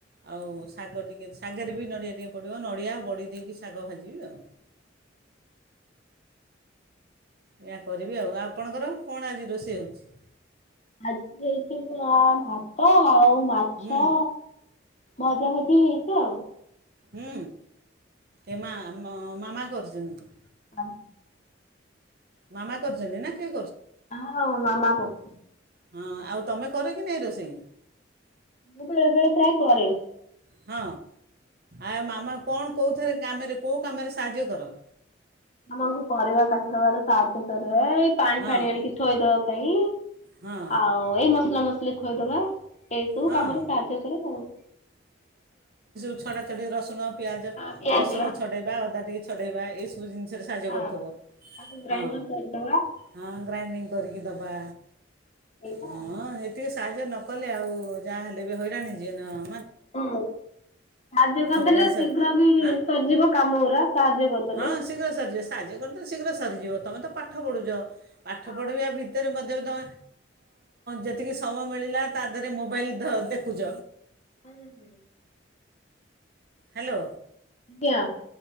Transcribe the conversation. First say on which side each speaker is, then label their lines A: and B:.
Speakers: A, on the right; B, on the left.
A: ଆଉ ଶାଗ ଟିକେ ଶାଗରେ ବି ନଡ଼ିଆ ଟିକେ ପଡ଼ିବ। ନଡ଼ିଆ ବଡ଼ି ଦେଇକି ଶାଗ ଭାଜିବି ଆଉ। ଏହା କରିବି ଆଉ ଆପଣଙ୍କର କଣ ଆଜି ରୋଷେଇ ହେଉଛି?
B: ଆଜି ହେଇଛି ଆ ଭାତ ଆଉ- ମାଛ-
A: ହୁଁ
B: ଭଜା ଭଜି ହେଇଛି ଆଉ।
A: ହୁଁ। ଏମା। ହଁ ମାମା କହୁଛନ୍ତ।
B: <inaudible>
A: ମାମା କର୍ଚ୍ଛ ନ୍ତି ନା କେ
B: ହଁ ମାମା କର୍
A: ହଁ ଆଉ ତୁମେ କର କି ନାହିଁ ରୋଷେଇ
B: ମୁଁ ବେଳେ ବେଳେ ପ୍ରାଏ କରେ
A: ହଁ ଆ ମାମା କଣ କେଉଥରେ କାମରେ କୋଉ କାମରେ ସାହାଯ୍ୟ କର
B: ମାମାକୁ ପରିବା କାଟି ଦବାର ସାହାଯ୍ୟ କରେ ଏଇ ପାଣି
A: ହଁ
B: ଫାଣି ଆଣିକି ଥୋଇଦବା ପାଇଁ
A: ହଁ
B: ଆଉ ଏଇ ମସଲା ମସଲି ଲେଖୋଇଦବା ଏଇସବୁ
A: ହଁ
B: କାମରେ ସାହାଯ୍ୟ କରେ ଆଉ
A: ଛଡ଼ା ଛଡି ରସୁଣ ପିଆଜ
B: ହଁ ପିଆଜ
A: ରସୁଣ ଛଡ଼େଇବା ଅଦା ଟିକେ ଛଡ଼େଇବା ଏଇସବୁ ଜିନିଷରେ ସାହାଯ୍ୟ
B: ହଁ।
A: କରୁଥିବ
B: ତାକୁ ଗ୍ରାଇଣ୍ଡର
A: ହଁ
B: କରିଦବା
A: ହଁ ଗ୍ରାଇଣ୍ଡିଙ୍ଗ୍ କରିକି ଦେବା।
B: ଏଇଟା
A: ହଁ
B: ଆଉ।
A: ଏତିକି ସାହଯ୍ୟ ନ କଲେ ଆଉ ହଉ ଯାହା ହେଲେ ବି ହଇରାଣ ଯିଏନା ଆଉ
B: ହଁ, ସାହାଯ୍ୟ କରିଦେଲେ
A: ପଢ଼ିବା
B: ଶୀଘ୍ର
A: ସେ
B: ବି
A: ଆଁ
B: ସରିଯିବ କାମ ଗୁରା। ସାହାଯ୍ୟ କରିଦେଲେ।
A: ହଁ ଶୀଘ୍ର ସରିଯିବ। ସାହାଯ୍ୟ କରିଦେଲେ ଶୀଘ୍ର ସରଯିବ। ତମେ ତ ପାଠ ପଢୁଛ। ପାଠ
B: ହଁ
A: ପଢିବା ଭିତରେ, ମଧ୍ୟ ଯେତିକି ସମୟ ମିଳିଲା ତା ଦେହରେ ମୋବାଇଲ ଦେଖୁଛ।
B: ହୁଁ, ହୁଁ।
A: ହାଲୋ।
B: ଆଜ୍ଞା।